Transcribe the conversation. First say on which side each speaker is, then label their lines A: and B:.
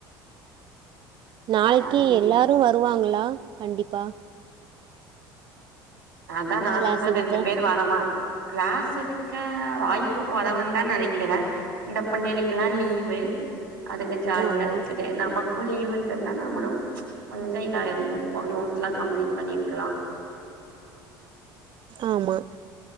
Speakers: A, on the right; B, on the right.
A: நாளைக்கி
B: யாருக்கு
A: எல்லாரு வ ருவாங்களா கண்டிப்பா
B: நா தா நா
A: கிளாஸ்
B: சொன்ன
A: எடுக்க
B: ரெண்டு பேர் வரமாட் கிளாஸ் எடுக்க வாய்ப்புக் கொறவு தா நெனைக்கிறே இந்த புள்ளேளுக்கெல்லா லீவு அதுங்க ஜாலியா
A: ஆமா
B: இருக்குது நமக்கு லீவ் இருந்தா நம்மளு கொஞ்சோ இதா இருந்திருப்போ நோட்ஸல்லா கம்ப்ளீட் பண்ணிருக்கலா
A: ஆமா